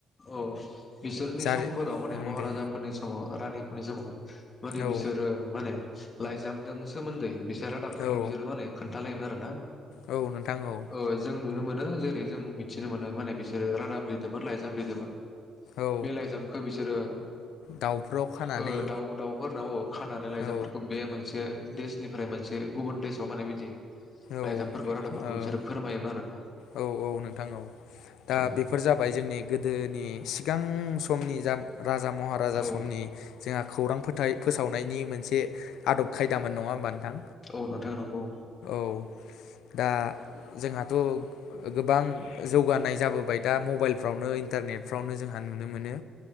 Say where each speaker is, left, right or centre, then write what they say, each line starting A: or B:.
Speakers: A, on the left; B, on the left.
A: औ बिसोरनि
B: जारि
A: समफोराव माने
B: उम
A: महाराजाफोरनि
B: दे
A: समाव रानि नि समाव माने
B: औ
A: बिसोरो माने लायजामदों सोमोन्दै बिसोर रादाबफोरखौ
B: औ
A: बिसोरो माने खोन्थालायोमोन आरोना
B: औ नोंथां औ
A: ओ जों नुनो मोनो जेरै जों मिथिनो मोनो माने बिसोरो रादाब लिरदोंमोन लायजाम लिरदोंमोन।
B: औ
A: बे लायजामखौ बिसोरो
B: दाउफ्राव खानानै
A: ओ दाउ दाउफोरनाव खानानै लायजामफोरखौ
B: औ
A: बे मोनसे देशनि फ्राय मोनसे गुबुन देशाव माने बिदि
B: औ
A: लायजामफोरखौ रादाबफोरखौ
B: ओ
A: बिसोरो फोरमायोमोन आरो। ना
B: औ औ नोंथां औ दा
A: औ
B: बेफोर जाबाय जोंनि गोदोनि सिगां समनि जा राजा महाराजा
A: औ
B: समनि जोंहा खौरांफोर थाय फोसावनायनि मोनसे आदब खायदामोन नङा होमबा। नोंथां
A: औ नोंथां नोंगौ।
B: औ। दा जोंहाथ' गोबां जौगानाय जाबोबाय दा मबायलफ्रावनो इन्टारनेटफ्रावनो जोंहा नुनो मोनो।